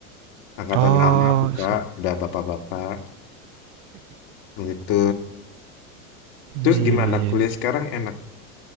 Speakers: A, on the left; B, on the right.
A: Angkatan
B: Oh,
A: lama aku, Kak,
B: s
A: udah bapak-bapak gitu. Terus
B: iya
A: gimana
B: iya iya
A: kuliah
B: iya.
A: sekarang enak?